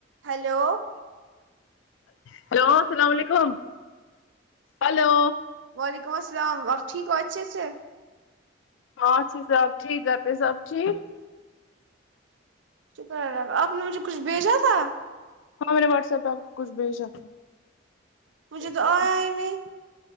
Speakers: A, on the right; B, on the left.
A: Hello
B: hello اللام علیکم hello
A: وعلیکم السلام آپ ٹھیک ہو اچھے سے
B: ہاں اچھے سے آپ ٹھیک گھر پہ سب ٹھیک
A: شکرالله کا آپ نے مجھے کچھ بھیجا تھا
B: ہاں میں نے واٹس ایپ پہ آپ کچھ بھیجا تھا
A: مجھے
B: چیک
A: تو
B: کرو
A: آیا ہی نہیں